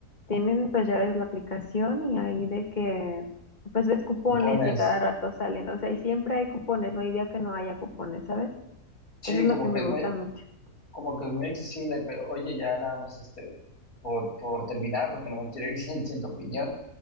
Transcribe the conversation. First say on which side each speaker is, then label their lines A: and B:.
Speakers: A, on the left (about 30°); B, on the left (about 65°).
A: tienen, pues ya ves la aplicación y ahí de que, pues ves cupones
B: Cupones.
A: y a cada rato salen. O sea, y siempre hay cupones, no hay día que no haya cupones, ¿sabes?
B: Sí,
A: Eso es lo
B: como
A: que
B: que
A: me
B: es
A: gusta
B: muy,
A: mucho.
B: como que es muy accesible, pero oye, ya nada más este, por, por terminar, porque no me quiero ir <laughs> sin, sin tu opinión.